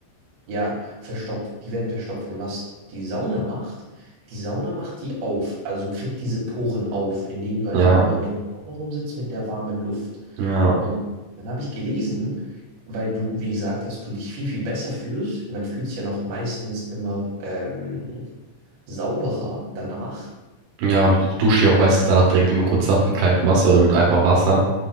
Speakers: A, on the right; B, on the right.
A: ja, verstopft, die werden verstopft und was die Sauna macht, die Sauna macht die auf, also kriegt diese Poren auf, indem du einfach
B: Ja,
A: nur im Sommer rumsitzt mit der warmen Luft.
B: ja.
A: Und dann habe ich gelesen, weil du, wie gesagt hast, du dich viel, viel besser fühlst. Man fühlt sich ja noch meistens immer ähm, sauberer danach.
B: Ja, du duschst dich auch meistens danach direkt immer kurz ab mit kaltem Wasser oder mit einfach Wasser.